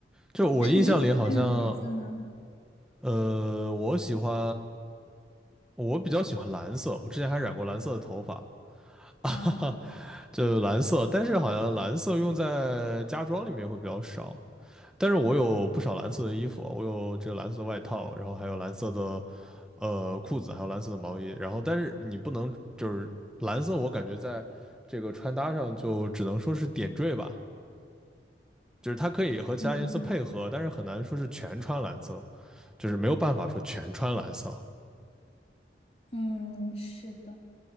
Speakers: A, in the centre; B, on the left.
A: 就我印象里好像
B: 那你喜欢什么颜色呢？
A: 呃，我喜欢我比较喜欢蓝色，我之前还染过蓝色的头发。<laughs> 哈哈。
B: 啊，
A: 就蓝色，但是好像蓝色用在家装里面会比较少。但是我有不少蓝色的衣服，我有这个蓝色的外套，然后还有蓝色的呃裤子，还有蓝色的毛衣。然后，但是你不能就是蓝色，我感觉在这个穿搭上就只能说是点缀吧，就是它可以和其他颜色配合，
B: 嗯
A: 但是很难说是全穿蓝色，就是没有办法说全穿蓝色。
B: 嗯，是的。